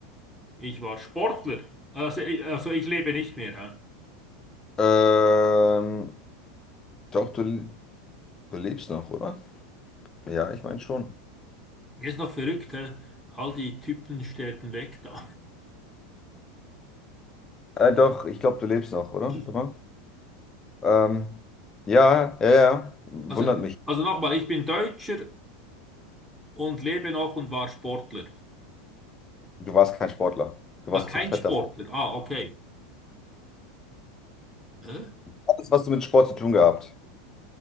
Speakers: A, in the centre; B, on the left.
A: Ich war Sportler. Also, ich- also ich lebe nicht mehr.
B: Ähm, doch, du, du lebst noch, oder? Ja, ich meine schon.
A: Hä? Ist noch verrückt, hä? All die Typen sterben weg da.
B: Äh, doch, ich glaube, du lebst noch, oder?
A: <laughs>
B: Warte mal. Ähm, ja, ja, ja, wundert
A: Also,
B: mich.
A: also nochmal, ich bin Deutscher und lebe noch und war Sportler.
B: Du warst kein Sportler. Du
A: Ah,
B: warst
A: kein
B: zu fett
A: Sportler.
B: dafür.
A: Ah, okay. Hä?
B: Du hattest was mit Sport zu tun gehabt.